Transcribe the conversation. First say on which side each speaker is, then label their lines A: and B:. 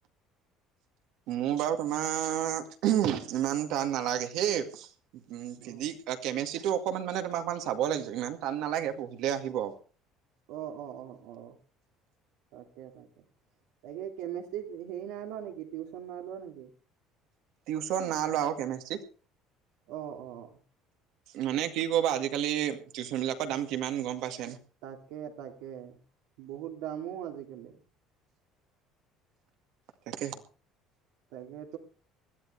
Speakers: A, on the right; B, on the right.
A: মোৰ বাৰু তোমাৰ উমহ ইমান টান নালাগে হেই উম ফিজিক
B: অ
A: আ কেমেষ্ট্ৰি অকমান মানে তোমা অকমান চাব লাগিব ইমান টান নালাগে পঢ়িলে আহিব
B: অ অ অ অ তাক কে তাকে তাকে কেমেচ টিত হেৰি নাই লোৱা নেকি টিউচন নাই লোৱা নেকি
A: টিউচন না লোৱা অ কেমেষ্ট্ৰিত
B: অ অ অ
A: মানে কি কবা আজিকালি টিউচন বিলাকৰ দাম কিমান গম পাইছা
B: তাকে তাকে বহুত দাম ও আজিকালি
A: তাকেহে
B: তাকে